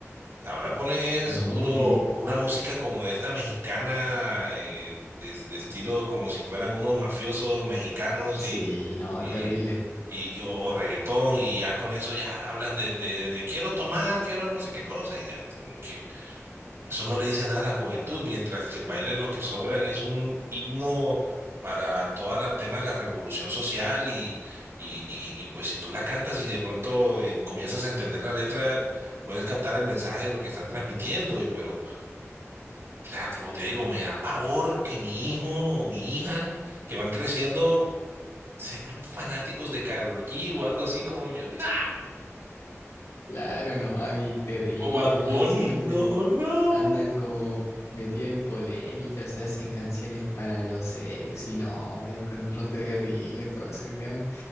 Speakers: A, on the right; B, on the left.
A: Ahora ponen es
B: No,
A: puro,
B: eh,
A: pura música como de esta mexicana, eh, de, de estilo como si fueran unos mafiosos mexicanos
B: sí,
A: y,
B: no,
A: y,
B: terrible.
A: y- y- o, o reggaetón y ya con eso ya hablan de, de, de quiero tomar, quiero no sé qué cosa y da- como que... Eso no le dice nada a la juventud, mientras que el baile de los que sobran es un himno para todo el tema de la revolución social y, y, y- y, pues si tú la cantas y de pronto eh, comienzas a entender la letra, puedes captar el mensaje de lo que están transmitiendo. Y pero, o sea, como te digo, me da pavor que mi hijo o mi hija que van creciendo sean fanáticos de Karol G o algo así como yo, no,
B: Claro, no, a mí terrible,
A: o Bad
B: más
A: Bunny,
B: encima
A: no,
B: que
A: no.
B: andan como metidos en polémicas se hacen canciones para lo sexy, no, yo encuentro terrible todo ese tema.